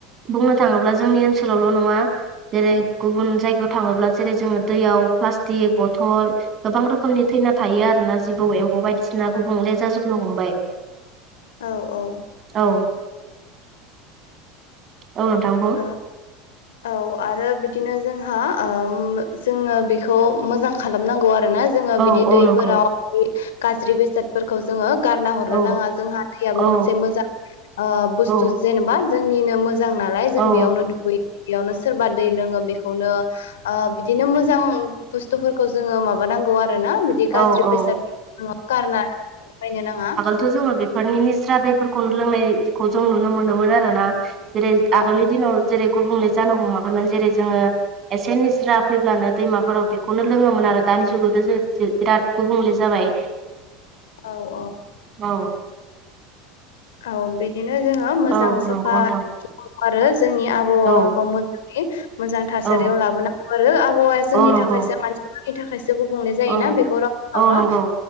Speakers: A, on the right; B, on the left.
A: बुंनो थाङोब्ला जोंनि ओनसोलआवल' नङा जेरै गुबुन जायगायाव थाङोब्ला जेरै जोङो दैयाव प्लास्टिक बथल गोबां रोखोमनि थैना थायो आरोना जिबौ एम्फौ बायदिसिना गुबुंले जाजोबनो हमबाय
B: औ औ
A: औ औ नोंथां बुं
B: ओ औ आरो बिदिनो जोंहा ओम जोङो बेखौ मोजां खालामनांगौ आरोना जोङो
A: औ
B: बिदि
A: औ
B: दैफोराव
A: नंगौ
B: बिदि गाज्रि बेसाद फोरखौ जोङो गारना हरनो
A: औ
B: नाङा, जोंहा दैयाबो
A: औ
B: मोनसे मोजां ओ बुस्थु
A: औ
B: जेनेबा जोंनिनो मोजां नालाय जों
A: औ
B: बेयावनो दुगैयो बेयावनो सोरबा दै लोङो बेखौनो ओ बिदिनो मोजां बुस्थुफोरखौ जोङो माबा नांगौ आरोना बिदि
A: औ
B: गाज्रि
A: औ
B: बेसादफोर <inaudible> गारला बायनो नाङा
A: थ' जोङो बेफोरनि निस्रा दैफोरखौ लोंनायखौ जों नुनो मोनोमोन आरो ना जेरै आगोलनि
B: औ
A: दिनाव जेरै गुबुंले जानो हमाखैमोन जेरै जोङो एसे निज्रा फैब्लानो दैमाफोराव बेखौनो लोङोमोन आरो दानि जुगावथ' बिराद गुबुंले जाबाय
B: औ औ
A: औ
B: औ बिदिनो जोङो मोजां
A: औ
B: साफा
A: नंगौ नोंथां
B: <inaudible> आरो जोंनि आबहावाखौ
A: औ
B: मोजाङै मोजां थासारियाव
A: औ
B: लाबोनांगौ आरो आबहावाया जोंनि
A: औ नंगौ
B: थाखायसो मानसिफोरनि थाखायसो गुबुंले जायोना
A: औ
B: बेखौ रावबो
A: औ
B: खालामा
A: नंगौ